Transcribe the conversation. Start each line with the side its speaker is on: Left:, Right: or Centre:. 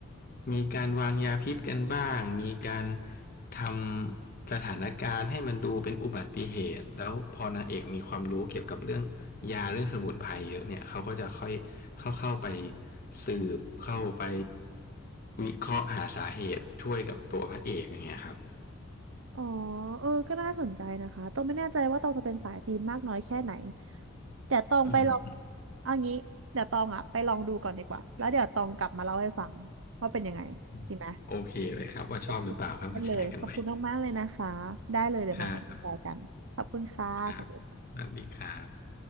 Left: มีการวางยาพิษกันบ้างมีการทำสถานการณ์ให้มันดูเป็นอุบัติเหตุ แล้วพอนางเอกมีความรู้เกี่ยวกับเรื่องยาเรื่องสมุนไพรเยอะเนี่ยเขาก็จะค่อยเข้าเข้าไปสืบเข้าไปวิเคราะห์หาสาเหตุช่วยกับตัวพระเอกอย่างเงี้ยครับ
Right: อ๋อเออก็น่าสนใจนะคะตองไม่แน่ใจว่าตองจะเป็นสายจีนมากน้อยแค่ไหนเดี๋ยวตองไปลอง
Left: อืม
Right: เอางี้เดี๋ยวตองอ่ะไปลองดูก่อนดีกว่า แล้วเดี๋ยวตองกลับมาเล่าให้ฟังว่าเป็นยังไงดีไหม
Left: อืมโอเคเลยครับว่าชอบหรือเปล่าค่อยมาแชร์กันใหม่
Right: โอเคได้เลยขอบคุณมากๆเลยนะคะได้เลยเดี๋ยวมากลับมาแชร์กันขอบคุณค่ะสวัสดีค่ะ
Left: ครับครับสวัสดีครับ